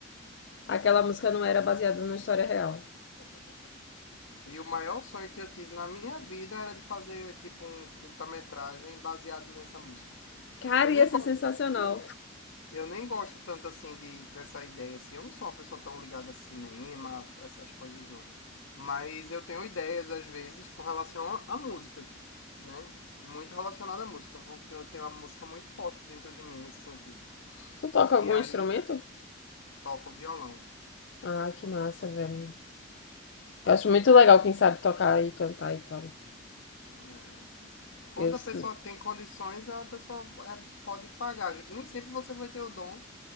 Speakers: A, on the left; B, on the left.
A: aquela música não era baseada numa história real.
B: E o maior sonho que eu tive na minha vida era de fazer tipo um curta-metragem baseado nessa música.
A: Cara,
B: Eu
A: ia
B: nem
A: ser
B: gosto
A: sensacional.
B: Eu nem gosto tanto assim de, dessa ideia, assim. Eu não sou uma pessoa tão ligada a cinema, essas coisas não. Mas eu tenho ideias, às vezes, com relação a, a músicas, né? Muito relacionada à música, porque eu tenho uma música muito forte dentro de mim nesse sentido.
A: Tu toca algum
B: E aí
A: instrumento?
B: toco violão.
A: Ah, que massa, velho. Eu acho muito legal quem sabe tocar e cantar e tal.
B: né? Quando
A: Eu... s-
B: a pessoa tem condições, a pessoa é, pode pagar. Nem sempre você vai ter o dom